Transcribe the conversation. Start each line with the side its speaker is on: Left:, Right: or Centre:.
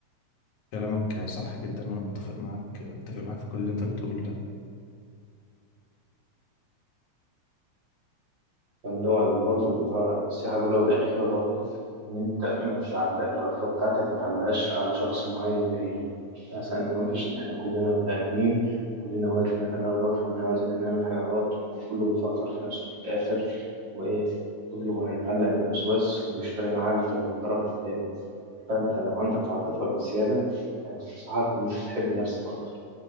Left: كلامك صح جدا وأنا متفق معاك متفق معاك في كل اللي أنت بتقوله ده
Right: يعني اللي هو برضه النصيحة الأولى والأخيرة برضه إن أنت ما تعلق العاطفة بتاعتك ما تعلقهاش على شخص معين بعينه مثلا أنت ما فيش إحنا كلنا بني آدمين كلنا وارد إن إحنا نغلط وكلنا وارد إن إحنا نعمل حاجة غلط وكله بيفكر في نفسه في الآخر وإيه كله هيتعلق بنفسه بس ومش فارق معاه الطرف التاني فأنت لو عندك عاطفة بزيادة أنصحك إن أنت تحب نفسك أكتر.